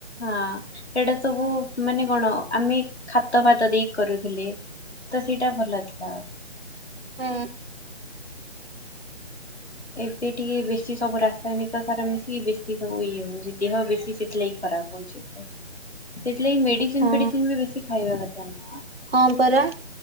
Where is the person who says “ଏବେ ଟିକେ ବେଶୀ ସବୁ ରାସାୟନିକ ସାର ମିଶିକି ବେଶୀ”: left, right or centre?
Left